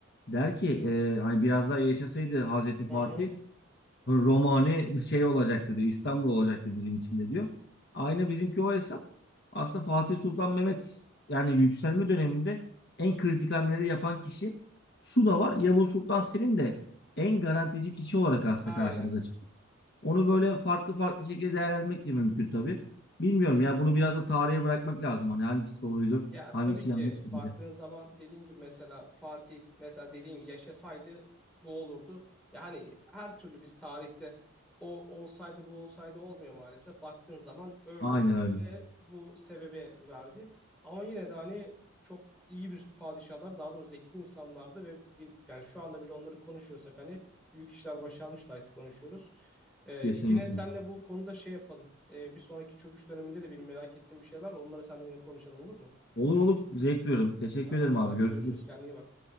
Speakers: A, on the left (about 50°); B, in the centre.
A: Der ki e, hani biraz daha yaşasaydı Hazreti Fatih
B: Hı hı.
A: Romane şey olacaktı diyor. İstanbul olacaktı bizim için de diyor. Aynı bizimki o hesap. Aslında Fatih Sultan Mehmet yani yükselme döneminde en kritik hamleleri yapan kişi şu da var. Yavuz Sultan Selim de en garantici kişi olarak aslında
B: Aynen.
A: karşımıza çıkıyor. Onu böyle farklı farklı şekilde değerlendirmek de mümkün tabii. Bilmiyorum ya bunu biraz da tarihe bırakmak lazım. Hani hangisi doğruydu,
B: Ya
A: hangisi
B: tabii ki
A: yanlıştı
B: baktığın
A: diye.
B: zaman dediğin gibi mesela Fatih mesela dediğim gibi yaşasaydı bu olurdu. Ya hani her türlü biz tarihte o olsaydı bu olsaydı olmuyor maalesef. Baktığın zaman öyle
A: Aynen
B: oldu
A: öyle.
B: ve bu sebebi verdi. Ama yine de hani çok iyi bir padişahlar daha doğrusu zeki insanlardı ve yani şu anda bile onları konuşuyorsak hani büyük işler başarmışlar ki konuşuyoruz. Ee,
A: Kesinlikle.
B: yine senle bu konuda şey yapalım. Ee, bir sonraki çöküş döneminde de benim merak ettiğim bir şeyler onları seninle yine konuşalım olur mu?
A: Olur olur. Zevk duyuyorum. Teşekkür
B: Tamamdır
A: ederim abi.
B: hadi
A: Görüşürüz.
B: görüşürüz kendine iyi bak.